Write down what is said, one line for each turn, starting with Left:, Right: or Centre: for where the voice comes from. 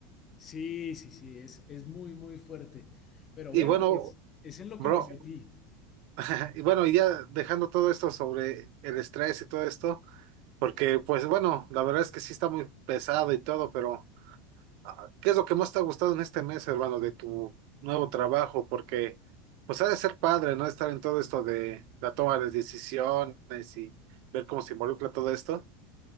Left: Sí, sí, sí, es, es muy, muy fuerte. Pero
Right: Y
Left: bueno,
Right: bueno,
Left: es, es en lo
Right: bro,
Left: que me metí.
Right: <laughs> y bueno, y ya dejando todo esto sobre el estrés y todo esto, porque pues bueno, la verdad es que sí está muy pesado y todo, pero... Ah, ¿Qué es lo que más te ha gustado en este mes, hermano, de tu nuevo trabajo? Porque, pues, ha de ser padre, ¿no? Estar en todo esto de la toma de decisiones y ver cómo se involucra todo esto.